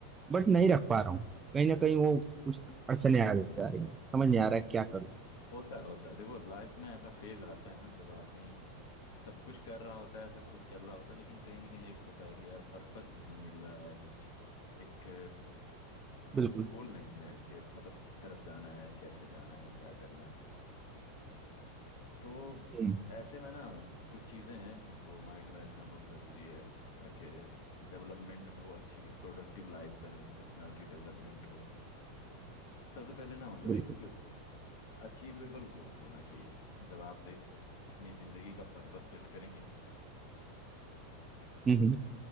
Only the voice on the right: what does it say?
बट नहीं रख पा रहा हूँ कहीं ना कहीं वो कुछ अड़चने आ जा रही हैं समझ नहीं आ रहा है क्या करूँ
बिल्कुल
हम्म,
बिल्कुल
हम्म हम्म,